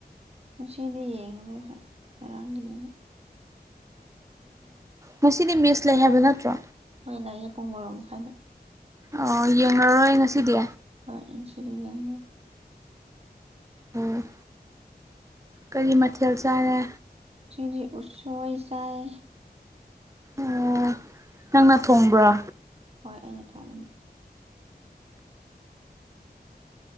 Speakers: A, on the right; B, on the right.
A: ꯉꯁꯤꯗꯤ ꯌꯦꯡꯉꯔꯣꯏ ꯍ ꯉꯔꯥꯡꯗꯤ ꯌꯦꯡꯉꯦ
B: ꯃꯁꯤꯗꯤ ꯃꯤꯁ ꯂꯩ ꯍꯥꯏꯕ ꯅꯠꯇ꯭ꯔꯣ
A: ꯍꯣꯏ ꯂꯩꯌꯦ ꯄꯨꯡ ꯕꯥꯔꯣ ꯃꯈꯥꯏꯗ
B: ꯑꯣ ꯌꯦꯡꯔꯣꯏ ꯉꯁꯤꯗꯤ
A: ꯍꯣꯏ ꯑꯩ ꯉꯁꯤꯗꯤ ꯌꯦꯡꯉꯔꯣꯏ
B: ꯎꯝ ꯀꯔꯤ ꯃꯊꯦꯜ ꯆꯥꯔꯦ
A: ꯗꯤ ꯎꯠꯁꯣꯏ ꯆꯥꯏ
B: ꯑꯣ ꯅꯪꯅ ꯊꯣꯡꯕ꯭ꯔꯥ
A: ꯍꯣꯏ ꯑꯩꯅ ꯊꯣꯡꯕꯅꯦ